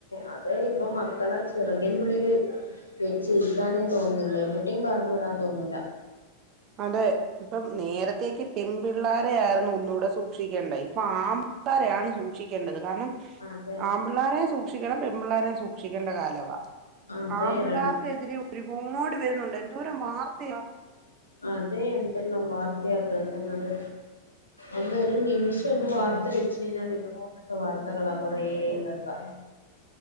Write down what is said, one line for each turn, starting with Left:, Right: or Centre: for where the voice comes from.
Left: അതെ ഇപ്പൊ മക്കളെ ചിറകിന്നുള്ളില് വെച്ചിരിക്കാനേ തോന്നില്ല എവിടേം പറഞ്ഞ് വിടാൻ തോന്നൂല
Right: അതെ ഇപ്പം നേരത്തേക്കെ പെമ്പിള്ളാരെ ആയിർന്നു ഒന്നുടെ സൂക്ഷിക്കണ്ടേ ഇപ്പൊ ആമ്പിള്ളാരെയാണ് സൂക്ഷിക്കേണ്ടത് കാരണം
Left: അതെ
Right: ആമ്പിള്ളേരെ സൂക്ഷ- സൂക്ഷിക്കണം പെമ്പിള്ളാരേം സൂക്ഷിക്കണ്ട കാലവ-
Left: അതെ
Right: ആമ്പിള്ളേർക്കെതിരെ
Left: ര
Right: ഒരുപാട് വരുന്നുണ്ട് എന്തോരം വാർത്തയാ-
Left: അതെ എന്തെല്ലാം വാർത്തയാ കേക്കുന്നത്- അന്ന് ഒരു നിമിഷം ഒന്ന്
Right: ഉം
Left: വാർത്ത വെച്ച് കഴിഞ്ഞാൽ ഇപ്പ- വാർത്തകളാ കൊറേ കേക്ക-